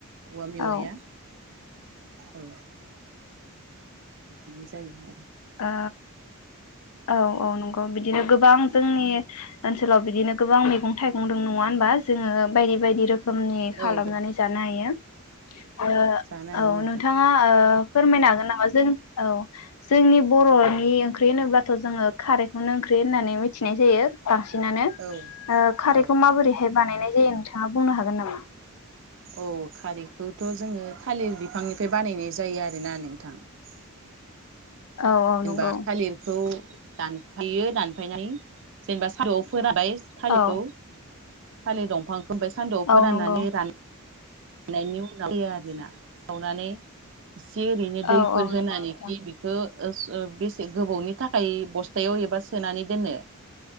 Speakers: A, on the right; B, on the left.
A: औवा मेवाया
B: औ
A: औ। बिदिनो जायो आरो।
B: ओ औ औ नंगौ बिदिनो गोबां जोंनि ओनसोलाव बिदिनो गोबां मैगं थाइगं दं नङा होनबा जोङो बायदि बायदि रोखोम रोखोमनि खालामनानै
A: औ दं
B: जानो हायो। <inaudible> ओ
A: जानो हायो
B: औ
A: नोंथां
B: नोंथाङा ओ। फोरमायनो हागोन नामा जों औ। जोंनि बर'नि ओंख्रि होनोबाथ' जोङो खारैखौनो ओंख्रि होननानै मिथिनाय जायो बांसिन बांसिनानो
A: औ
B: खारैखौ
A: औ
B: माबोरैहाय बानायनाय जायो । बिथाङा बुंनो हागोन नामा?
A: औ खारैखौथ' जोङो थालिर बिफांनिफ्राय बानायनाय जायो आरोना नोंथां ।
B: औ औ
A: जेनेबा
B: नंगौ
A: थालिरखौ दानफायो दानफायनानै जेनेबा सानदुंआव फोरानबाय थालिरखौ
B: औ
A: थलिर दंफां ओमफ्राय सान्दुंआव
B: औ
A: फोराननानै
B: नंगौ
A: रान गायनायनि उनाव फैया आरोना सावनानै इसे ओरैनो दैफोर
B: औ औ
A: होनानैखि
B: नंगौ नोंथां
A: बेखौ ओ बेसे गोबावनि थाखाय बस्थायाव एबा सोनानै दोनो